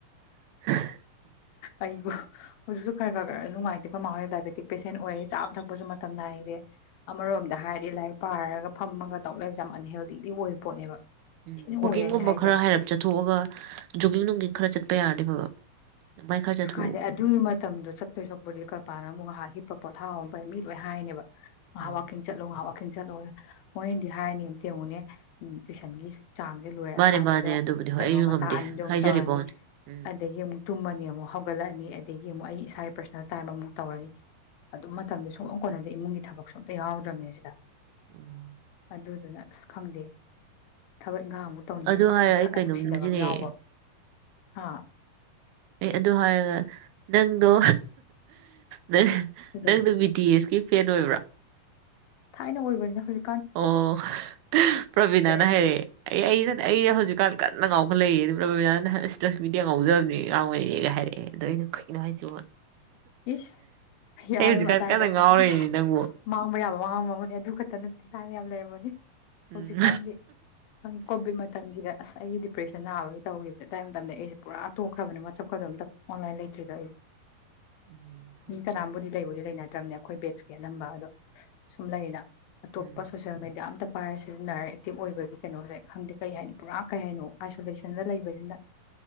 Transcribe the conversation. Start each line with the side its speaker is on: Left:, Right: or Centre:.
Right: <inaudible>
Left: ꯑꯩꯕꯨ ꯍꯧꯖꯤꯛꯁꯨ ꯈꯔ ꯈꯔ ꯈꯔ ꯅꯨꯡꯉꯥꯏꯇꯦꯀꯣ ꯃꯥ ꯗꯥꯏꯕꯦꯇꯤꯛ ꯄꯦꯁꯦꯟ ꯑꯣꯏꯌꯦ ꯆꯥꯕ ꯊꯛꯄꯁꯨ ꯃꯇꯝ ꯅꯥꯏꯗꯦ ꯑꯃꯔꯣꯝꯗ ꯍꯥꯏꯔꯗꯤ ꯂꯥꯏꯔꯤꯛ ꯄꯥꯔꯒ ꯐꯝꯃꯒ ꯇꯧꯔꯛ ꯂꯩꯕꯁꯦ ꯌꯥꯝ ꯑꯟꯍꯦꯜꯗꯤꯗꯤ ꯑꯣꯏꯕ ꯄꯣꯠꯅꯦꯕ
Right: ꯎꯝ
Left: ꯊꯤꯅ
Right: ꯋꯀꯤꯡꯒꯨꯝꯕ
Left: ꯑꯣꯏꯌꯦ ꯑꯩꯅ ꯍꯥꯏꯁꯦ
Right: ꯈꯔ ꯍꯥꯏꯔꯞ ꯆꯠꯊꯣꯛꯑꯒ ꯖꯣꯒꯤꯡ ꯅꯨꯡꯒꯤꯡ ꯈꯔ ꯆꯠꯄ ꯌꯥꯔꯗꯤ ꯐꯕ ꯑꯗꯨꯃꯥꯏ ꯈꯔ ꯆꯠꯊꯣꯛꯎ
Left: ꯏꯁ ꯀꯥꯏꯗ ꯑꯗꯨ ꯃꯇꯝꯗꯣ ꯆꯠꯄꯣꯏ ꯁꯠꯄꯗꯤ ꯀꯔꯄꯥꯅ ꯑꯃꯨꯛ ꯍꯤꯞ ꯄꯣꯊꯥꯍꯧꯐꯩ ꯃꯤ ꯂꯣꯏ ꯍꯥꯏꯅꯦꯕ
Right: ꯎꯝ
Left: ꯋꯥꯀꯤꯡ ꯆꯠꯂꯣ ꯉꯍꯥꯛ ꯆꯠꯂꯣ ꯃꯣꯏꯅꯗꯤ ꯍꯥꯏꯅꯤꯇꯥ ꯌꯦꯪꯉꯨꯅꯦ ꯇꯨꯏꯁꯟꯒꯤ ꯆꯥꯡꯁꯦ ꯂꯣꯏꯔꯛꯑꯀꯥꯟꯗꯨꯗ
Right: ꯃꯥꯅꯦ ꯃꯥꯅꯦ ꯑꯗꯨꯕꯨꯗꯤ ꯍꯣꯏ
Left: ꯀꯩꯅꯣ
Right: ꯑꯩꯁꯨ
Left: ꯃꯆꯥ
Right: ꯉꯝꯗꯦ
Left: ꯑꯅꯤꯗꯣ ꯑꯃꯨꯛ
Right: ꯍꯥꯏꯖꯔꯤꯕ
Left: ꯇꯧꯔꯅꯤ
Right: ꯋꯥꯅꯦ ꯎꯝ
Left: ꯑꯗꯒꯤ ꯑꯃꯨꯛ ꯇꯨꯝꯃꯅꯤ ꯑꯃꯨꯛ ꯍꯧꯒꯠꯂꯛꯑꯅꯤ ꯑꯗꯒꯤ ꯑꯃꯨꯛ ꯑꯩ ꯏꯁꯥꯒꯤ ꯄꯔꯁꯣꯅꯦꯜ ꯇꯥꯏꯝ ꯑꯃꯨꯛ ꯇꯧꯔꯅꯤ ꯑꯗꯨꯝ ꯃꯇꯝꯗꯨ ꯁꯨꯡꯀꯣꯟ ꯀꯣꯟꯅꯗꯤ ꯏꯃꯨꯡꯒꯤ ꯊꯕꯛꯁꯨ ꯑꯝꯇ ꯌꯥꯎꯗ꯭ꯔꯝꯅꯤ ꯁꯤꯗ
Right: ꯎꯝ
Left: ꯑꯗꯨꯗꯨꯅ ꯑꯁ ꯈꯪꯗꯦ ꯊꯕꯛ ꯏꯪꯈꯥꯡ ꯑꯃꯨꯛ ꯇꯧꯅꯤꯡꯉꯦꯗ
Right: ꯑꯗꯨ ꯍꯥꯏꯔ
Left: ꯁꯛ
Right: ꯑꯩ
Left: ꯌꯥꯝ
Right: ꯀꯩꯅꯣꯝ
Left: ꯅꯨꯡꯁꯤꯗꯕ
Right: ꯅꯤꯡꯁꯤꯡꯉꯛꯑꯦ
Left: ꯑꯃ ꯌꯥꯎꯕ꯫ ꯍꯥꯥ
Right: ꯑꯦ ꯑꯗꯨ ꯍꯥꯏꯔꯒ ꯅꯪꯗꯣ ꯅꯪ
Left: ꯀꯩꯗꯧ
Right: ꯅꯪꯅ ꯕꯤ ꯇꯤ ꯑꯦꯁ ꯀꯤ ꯐꯦꯟ ꯑꯣꯏꯕ꯭ꯔꯣ?
Left: ꯊꯥꯏꯅ ꯑꯣꯏꯕꯅꯤꯗ ꯍꯣꯖ
Right: ꯑꯣ ꯄ꯭ꯔꯕꯤꯅꯥꯅ
Left: ꯑꯩ
Right: ꯍꯥꯏꯔꯛꯑꯦ ꯑꯩ ꯑꯩꯅꯦ ꯍꯧꯖꯤꯛꯀꯥꯟ ꯀꯟꯅ ꯉꯥꯎꯈꯠꯂꯛꯏ꯫ ꯔꯕꯤꯅꯥꯅ ꯂꯁꯃꯦꯗꯤ ꯌꯥꯝ ꯉꯥꯎꯖꯕꯅꯦ ꯉꯥꯎꯋꯦꯒ ꯍꯥꯏꯔꯛꯑꯦ ꯑꯗꯨꯗ ꯑꯩꯅ ꯀꯩꯅꯣ ꯍꯥꯏꯁꯤꯕꯣ꯫
Left: ꯏꯁ <unintelligible>
Right: ꯑꯩ ꯍꯧꯖꯤꯛꯀꯥꯟ
Left: ꯑꯗꯥꯏꯗ
Right: ꯀꯟꯅ ꯉꯥꯎꯔꯤꯅꯦ
Left: ꯃꯨꯛ ꯍꯍ
Right: ꯅꯪꯕꯨ
Left: ꯃꯥꯡꯕ ꯌꯥꯕ ꯃꯥꯡꯉꯝꯃꯕꯅꯦ ꯑꯃ ꯑꯗꯨ ꯈꯛꯇ <unintelligible> ꯌꯥꯝ ꯂꯩꯔꯝꯕꯒꯤ ꯍꯧꯖꯤꯀꯥꯥꯟꯗꯤ
Right: ꯎꯝ
Left: ꯑꯝ ꯀꯣꯕꯤꯠ ꯃꯠꯇꯝꯒꯤꯗ ꯑꯁ ꯑꯩꯒꯤ ꯗꯤꯄ꯭ꯔꯦꯁꯟ ꯅꯥꯕꯒꯤ ꯇꯧꯈꯤꯕꯅꯦ ꯑꯗ꯭ꯋꯥꯏ ꯃꯇꯝꯗ ꯑꯩꯁꯦ ꯄꯨꯔꯥ ꯇꯣꯛꯈ꯭ꯔꯕꯅꯦ ꯋꯥꯠꯆꯞꯀꯗꯣ ꯑꯝꯇ ꯑꯣꯟꯂꯥꯏꯟ ꯂꯩꯇ꯭ꯔꯤꯗꯣ ꯑꯩ꯫
Right: ꯎꯝ ꯍꯣꯏ
Left: ꯃꯤ ꯀꯅꯥꯝꯕꯨꯗꯤ
Right: ꯆꯨꯝ
Left: ꯂꯩꯕꯨꯗ ꯂꯩ꯫ <unintelligible> ꯅꯠꯇ꯭ꯔꯕꯅꯦ ꯑꯩꯈꯣꯏ ꯕꯦꯠꯁꯀꯤ ꯑꯅꯝꯕ ꯑꯗꯣ ꯁꯨꯝ ꯂꯩꯅ꯫ ꯑꯇꯣꯞꯄ
Right: ꯎꯝ
Left: ꯁꯣꯁ꯭ꯌꯦꯜ ꯃꯦꯗꯤꯌꯥ ꯑꯝꯇ꯫ <unintelligible> ꯁꯤꯖꯤꯟꯅꯔ ꯑꯦꯛꯇꯤꯞ ꯑꯣꯏꯕꯒꯤ ꯀꯩꯅꯣꯁꯦ ꯈꯪꯗꯦ ꯀꯩ ꯍꯥꯏꯅꯤ ꯄꯨꯔꯥ ꯀꯩ ꯍꯥꯏꯅꯣ ꯑꯥꯏꯁꯣꯂꯦꯁꯟꯗ ꯂꯩꯕꯁꯤꯅ